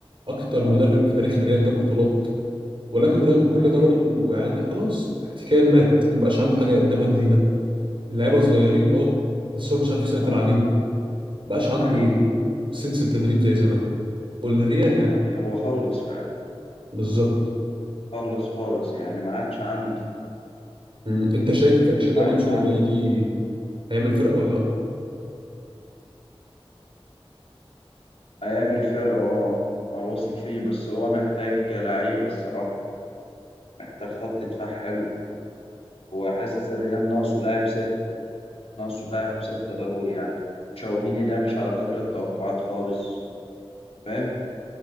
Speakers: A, on the right; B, on the left.
A: اكتر
B: اه
A: مدرب في تاريخ الريال جاب بطولات ولكن رغم كل
B: حقيقه
A: ده برضو يعني خلاص تكتيكيا مات مبقاش عنده حاجه يقدمها جديده اللعيبه صغيرين اه بس هو مش عارف يسيطر
B: اه
A: عليهم مبقاش عنده
B: حقيقه
A: سنس التدريب زي زمان والريال يعني
B: حقيقه هو خلص فعلا
A: بالظبط
B: خلص خالص يعني ما عادش عنده
A: م، انت شايف
B: مم،
A: اكشابي
B: ما
A: الونسو
B: عادش عنده
A: لما يجي هيعمل فرق
B: مم.
A: ولا لا
B: هيعمل فرقه اه أنا واثق فيه بس هو محتاج لعيبه الصراحه محتاج خط دفاع حلو وحاسس الريال ناقصه لاعب ست ناقصه لاعب ستة ضروري يعني تشاوميني ده مش على قدر التوقعات خالص فاهم